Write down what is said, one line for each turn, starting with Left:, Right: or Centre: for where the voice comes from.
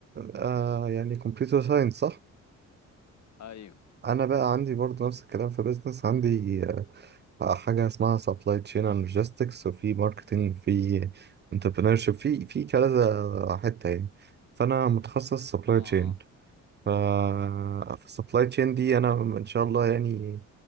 Right: آه يعني كمبيوتر ساينس صح
Left: ايوه
Right: انا بقى عندي برضو نفس الكلام في بيزنس عندي حاجة اسمها سبلاي تشين اند لوجيستكس وفي ماركتنج في انتربرينورشيب في في كذا حتة يعني فأنا متخصص سبلاي
Left: اه
Right: تشين
Left: اه
Right: ف فالسبلاي تشين دي أنا إن شاء الله يعني